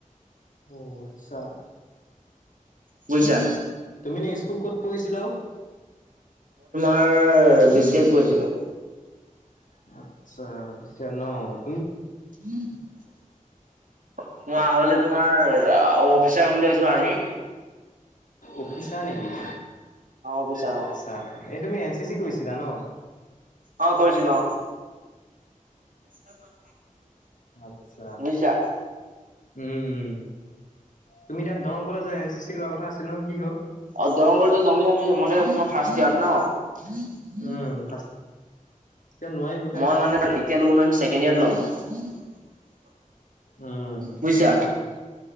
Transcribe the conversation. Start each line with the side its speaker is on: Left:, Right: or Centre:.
Left: অ আচ্ছা।
Right: বুজিছা।
Left: তুমি নে স্কুল ক'ত পঢ়িছিলাও?
Right: <unintelligible> পৰিছিলো।
Left: আৰ্টছ <unintelligible>
Right: মই আগলে তোমাৰ- অফিচাৰ বুলি ভাবিছোঁ আৰ্মি।
Left: অফিচাৰ নেকি?
Right: অ, বিচাৰ
Left: আচ্ছা
Right: অ।
Left: এই তুমি এন চি চি কৰিছিলা ন?
Right: অ, কৰিছিলো অ। শুনি
Left: আচ্ছা
Right: চা
Left: উম উম তুমি এতিয়া দৰং কলেজত এন চি চি লোৱা কথা আ এনেকুৱা কি হ
Right: অ দৰং কলেজত ল'ম বুলি ভাবিছিলো মই তোমাৰ ফাৰ্ষ্ট ইয়াৰ্ড ন?
Left: উম
Right: <unintelligible>
Left: ফাৰ্ষ্ট এতিয়া নোৱাৰি বোলে
Right: মই মানে এতিয়া ল'ব নোৱাৰিম ছেকেণ্ড ইয়াৰত ল'ম। <unintelligible>
Left: উম', ঠিকে
Right: বুজিছা
Left: আছে।